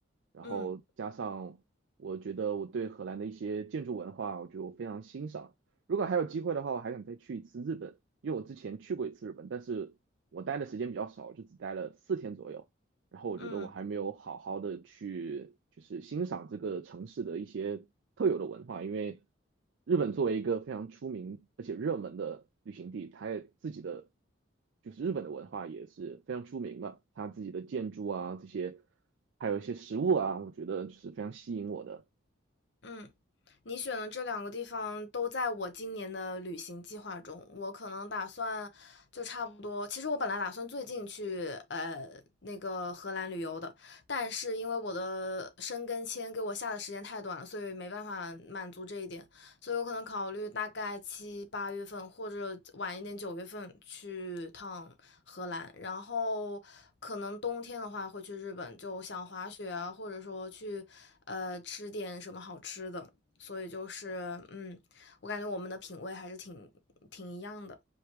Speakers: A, on the right (about 65°); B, on the left (about 60°).
A: 然后加上我觉得我对荷兰的一些建筑文化，
B: 嗯
A: 我觉得我非常欣赏。如果还有机会的话，我还想再去一次日本，因为我之前去过一次日本，但是我待的时间比较少，就只待了四天左右。然后我觉得我还没有好好的去就是欣赏这个城市的一些特有的文化，
B: 嗯。
A: 因为日本作为一个非常出名而且热门的旅行地，它也自己的就是日本的文化也是非常出名嘛，它自己的建筑啊这些，还有一些食物啊，我觉得就是非常吸引我的。
B: 嗯，你选的这两个地方都在我今年的旅行计划中。我可能打算就差不多，其实我本来打算最近去呃那个荷兰旅游的，但是因为我的申根签给我下的时间太短了，所以没办法满足这一点。所以我可能考虑大概七八月份或者晚一点九月份去趟荷兰，然后可能冬天的话会去日本，就想滑雪啊，或者说去呃吃点什么好吃的。所以就是嗯，我感觉我们的品味还是挺挺一样的。